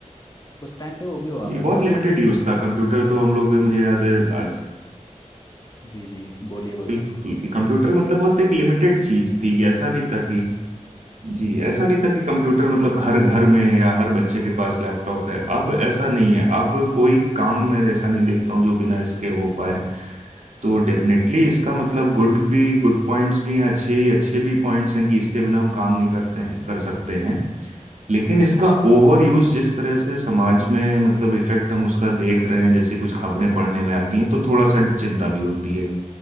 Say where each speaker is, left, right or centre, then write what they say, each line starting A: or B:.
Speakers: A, on the left; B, on the right.
A: उस टाइम पे वो भी हुआ
B: जी
A: करता
B: बहुत लिमिटेड
A: था कि
B: यूज
A: हाँ
B: था कंप्यूटर तो हम लोग मुझे याद है आज
A: जी जी बोलिए बोलिए
B: बिल्कुल कि कंप्यूटर मतलब बहुत एक लिमिटेड चीज थी ऐसा नहीं था कि जी ऐसा नहीं था कि कंप्यूटर मतलब घर घर में है या हर बच्चे के पास लैपटॉप है अब ऐसा नहीं है अब कोई काम मैं ऐसा नहीं देखता हूँ जो बिना इसके हो पाए तो डेफिनेटली इसका मतलब गुड भी गुड पॉइंट्स भी हैं अच्छे अच्छे भी पॉइंट्स हैं कि इसके बिना हम काम नहीं करते हैं कर सकते हैं लेकिन इसका ओवर यूज जिस तरह से समाज में मतलब इफेक्ट हम उसका देख रहे हैं जैसी कुछ खबरें पढ़ने में आती हैं तो थोड़ा सा चिंता भी होती है